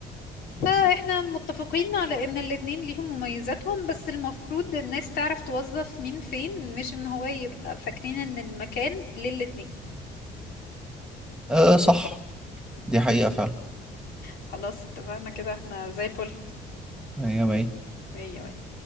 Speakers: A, on the left; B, in the centre.
A: فاحنا متفقين على ان الاتنين ليهم مميزاتهم بس المفروض الناس تعرف توظف مين فين مش ان هو يبقى فاكرين ان المكان للاتنين
B: أه صح دي
A: تمام
B: حقيقة فعلا
A: خلاص اتفقنا كده احنا زي الفل
B: مية مية
A: مية مية